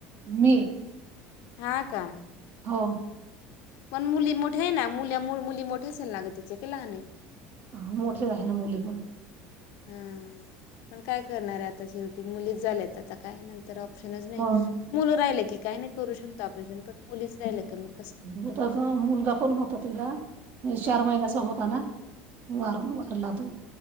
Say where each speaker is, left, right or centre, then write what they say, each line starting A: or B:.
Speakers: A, on the right; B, on the left.
A: म
B: हा का
A: हो
B: पण मुली मोठ्या आहे ना मुल्या मुूळ मुली मोठ्या असेल ना ग तिचे क लहान आहे
A: हा मोठेच आहे ना मुली पण
B: हा पण काय करणारे आता शेवटी मुली झाल्यात आता काय नंतर ऑप्शनच नाही
A: मग
B: मुलं राहिलं की काही नाही करू शकत ऑपरेशन पण मुलीच राहिलं का मग कस
A: होता ग मुलगा पण होता तिला म्हणज चार महिन्याचा होता ना वार वारला तो